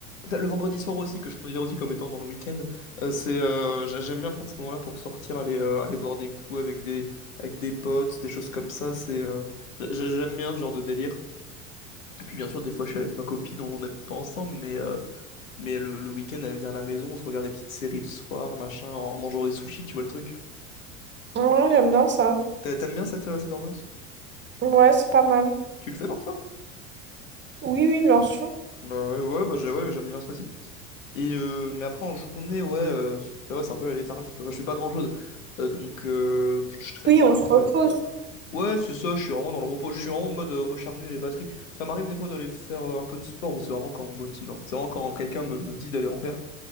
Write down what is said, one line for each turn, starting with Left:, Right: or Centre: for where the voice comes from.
Left: Le vendredi soir aussi, que je considère aussi comme étant dans le week-end, euh, c'est, euh, j'a- j'aime bien prendre ces moments-là pour sortir, aller, euh, aller boire des coups avec des, avec des potes, des choses comme ça. C'est, euh, j'a- j'aime bien ce genre de délire. Et puis bien sûr, des fois, je suis avec ma copine, on on n'habite pas ensemble, mais, euh, mais le, le week-end, elle vient à la maison, on se regarde des petites séries le soir, machin, en, en mangeant des sushis, tu vois le truc.
Right: Ouais, j'aime bien ça.
Left: T'a- T'aimes bien cette, euh, cette ambiance?
Right: Ouais, c'est pas mal.
Left: Tu le fais pour ça
Right: Oui, oui, bien sûr.
Left: Bah ouais, ouais, bah j'ai- ouais, j'aime bien ça aussi. Et euh, mais après en journée, ouais, euh, ça va, c'est un peu la léthargie, quoi. Enfin, je fais pas grand-chose. Euh, donc euh, je, je traîne
Right: Oui,
Left: sur
Right: on
Left: mon
Right: se repose.
Left: canapé. Ouais, c'est ça, je suis vraiment dans le repos. Je suis vraiment en mode euh, recharger les batteries. Ça m'arrive des fois d'aller faire euh, un peu de sport. Bon, c'est vraiment quand on me motive. hein. C'est vraiment quand quelqu'un me, me dit d'aller en faire.